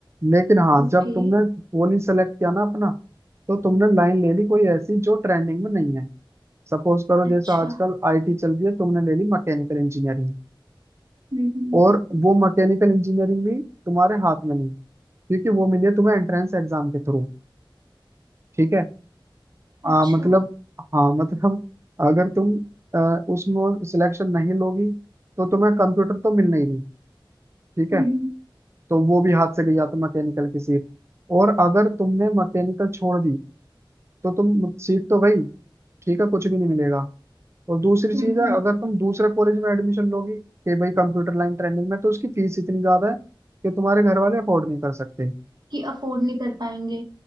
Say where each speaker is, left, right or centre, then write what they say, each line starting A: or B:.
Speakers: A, on the right; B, on the right.
A: लेकिन हाँ
B: ओके
A: जब तुमने पोली सेलेक्ट किया ना अपना तो तुमने लाइन ले ली कोई ऐसी जो ट्रेंडिंग में नहीं है सपोज करो
B: अच्छा
A: जैसे आजकल आईटी चल रही है तुमने ले ली मैकेनिकल इंजीनियरिंग
B: हम्म, हम्म
A: और वो मैकेनिकल इंजीनियरिंग भी तुम्हारे हाथ में नहीं क्योंकि वो मिली है तुम्हें एंट्रेंस एग्जाम के थ्रू ठीक है आ,
B: अच्छा
A: मतलब हाँ मतलब अगर तुम आ, उसमें सिलेक्शन नहीं लोगी तो तुम्हें कंप्यूटर तो मिलना ही नहीं ठीक है
B: हम्म,
A: तो वो भी हाथ से गई या तो मैकेनिकल की सीट और अगर तुमने मैकेनिकल छोड़ दी तो तुम सीट तो भाई ठीक है कुछ भी नहीं मिलेगा और दूसरी
B: हम्म,
A: चीज है
B: हम्म
A: अगर तुम दूसरे कॉलेज में एडमिशन लोगी कि भाई कंप्यूटर लाइन ट्रेनिंग में तो उसकी फीस इतनी ज्यादा है कि तुम्हारे घर वाले अफोर्ड नहीं कर सकते
B: कि अफोर्ड नहीं कर पाएंगे